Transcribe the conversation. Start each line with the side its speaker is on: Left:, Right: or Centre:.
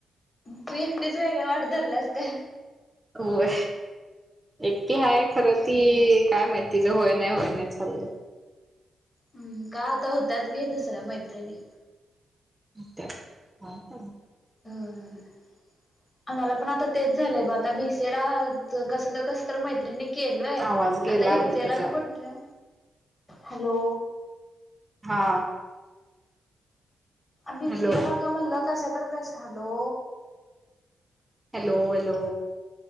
Left: तू एकटीच वेगळ वाट धरलास काय
Right: होय एकटे हाय खरं ती
Left: आता
Right: काय माहिती तिचे होय नाही होय नाही चालले
Left: हम्म का आता होत्याच गे दुसऱ्या मैत्रिणी
Right: अ ह
Left: ह आमला पण आता तेच झालंय ब आता भीसेला कस तर कस तर मैत्रीिणी केलोय
Right: आवाज गेला
Left: आता हेजेला
Right: तुझा
Left: आणि कुठलं हॅलो
Right: हा
Left: बीसी
Right: हॅलो
Left: एला ग म्हणलं कशा तर कस आलो
Right: हॅलो हॅलो